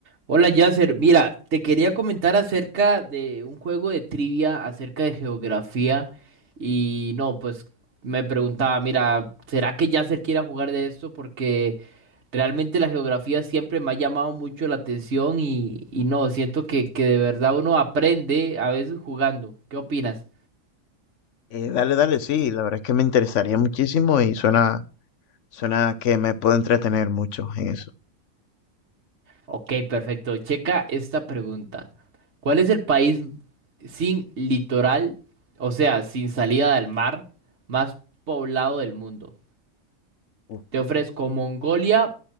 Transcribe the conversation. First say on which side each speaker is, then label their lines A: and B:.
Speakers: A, on the right; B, on the left.
A: Hola Yasser, mira, te quería comentar acerca de un juego de trivia acerca de geografía y no, pues me preguntaba, mira, ¿será que Yasser quiera jugar de esto? Porque realmente la geografía siempre me ha llamado mucho la atención y, y no, siento que, que de verdad uno aprende a veces jugando. ¿Qué opinas?
B: Eh, dale, dale, sí, la verdad es que me interesaría muchísimo y suena, suena que me puedo entretener mucho en eso.
A: Ok, perfecto. Checa esta pregunta. ¿Cuál es el país sin litoral, o sea, sin salida del mar, más poblado del mundo?
B: Uf,
A: Te ofrezco Mongolia,